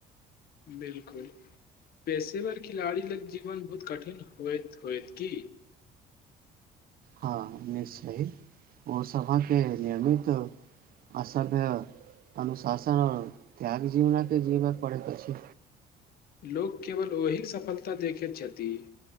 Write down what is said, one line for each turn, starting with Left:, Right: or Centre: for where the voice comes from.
Left: बिलकुल पेशेवर खिलाड़ी लग जीवन बहुत कठिन होइत होइत की
Right: हँ निश्चयी ओसभहके नियमित असभ्य अनुशासन आओर त्याग जीवनाके जीबय पड़ैत अछि
Left: लोक केवल ओहि सफलता देखैत छथि